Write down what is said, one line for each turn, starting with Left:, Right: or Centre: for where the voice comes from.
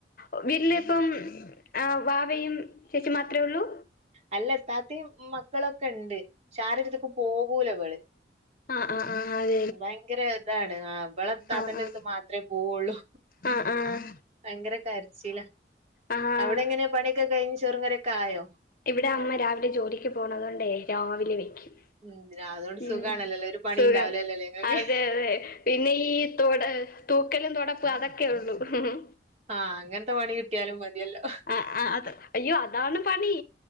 Left: ആവീട്ടിലിപ്പം ആ വാവയും ചേച്ചി മാത്രേ ഉള്ളൂ
Right: അല്ല ഇത്താത്തയും മക്കളൊക്കെണ്ട് ചാരടുത്തുക്കും പോകൂലവള്
Left: ആ ആ അ
Right: ഭയങ്കര ഇതാണ് ആാ അവള് താത്തന്റെ
Left: ആഹ് ആഹ്
Right: അട്ത്ത് മാത്രമേ പോവുള്ളു
Left: ആഹ് ആഹ്
Right: ഭയങ്കര കരച്ചിലാ
Left: ആഹ്
Right: അവടെ എങ്ങനെയാ പണിയൊക്കെ കഴിഞ്ഞ് ചോറും കറിയോക്കെ ആയോ
Left: ഇവടെ അമ്മ രാവിലെ ജോലിക്ക് പോണാത് കൊണ്ടോ രാവിലെ വെക്കും
Right: ഉം അതോണ്ട് സുഖാണല്ലോല്ലേ
Left: ഉം
Right: ഒരു പണി
Left: സുഖം
Right: ഉണ്ടാവില്ലല്ലോല്ലേ ഇങ്ങക്ക്
Left: അതെ അതെ പിന്നെ ഈ <unintelligible> തൂക്കലും തെടാപ്പും അതൊക്കെ ഒള്ളൂ ഉം ഉം
Right: ആാ അങ്ങനത്തെ പണി കിട്ടിയാലും മതിയല്ലോ
Left: ആഹ് ആഹ് അത് അയ്യോ അതാണ് പണി